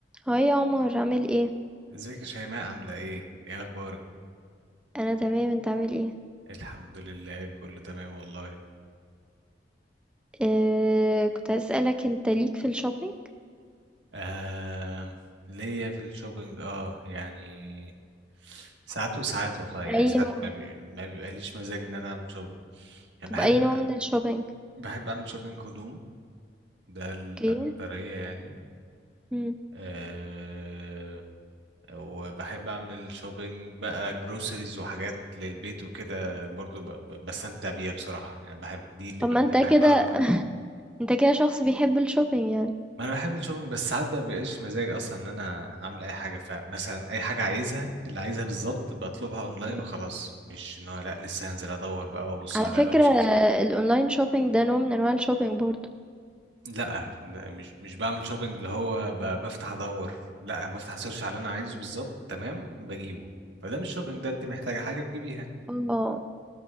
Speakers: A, in the centre; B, on the right.
A: هاي يا عمر عامل ايه
B: ازيك يا شيماء عاملة ايه؟ ايه اخبارك؟
A: انا تمام انت عامل ايه
B: الحمد لله كله تمام والله
A: آه كنت عايز اسالك انت ليك في الشوبينج
B: آه ليا في الشوبينج اه يعني ساعات وساعات والله يعني
A: اي
B: ساعات
A: نوع
B: ما, بي... ما بيبقاليش مزاج ان انا اعمل شوبينج يعني
A: طب
B: بحب
A: اي نوع من الشوبينج
B: بحب اعمل شوبينج هدوم ده الاكترية
A: اوكي
B: يعني
A: مم.
B: آه وبحب اعمل شوبينج بقى جروسريز وحاجات للبيت وكده برضو ب... ب- بستمتع بيها بصراحة يعني بحب دي اللي
A: طب
B: ب...
A: ما انت
B: دي بحبها
A: كده
B: اكتر
A: <laughs> انت كده شخص بيحب الشوبينج يعني
B: ما انا بحب الشوبينج بس ساعات ما بيبقاش مزاج اصلا ان انا اعمل اي حاجه فمثلا اي حاجه عايزها اللي عايزها بالظبط بطلبها اونلاين
A: مم.
B: وخلاص مش ان هو لا لسه هنزل ادور بقى وابص
A: على
B: على
A: فكره
B: الاوبشنز
A: آه،
B: وكده
A: الاونلاين شوبينج ده نوع من انواع الشوبينج برضو
B: لا م- مش مش بعمل شوبينج اللي هو ب- بفتح ادور لا أنا بفتح سيرش على اللي انا عايزه بالظبط تمام بجيبه فده مش شوبينج ده انت محتاجه حاجه تجيبيها
A: اه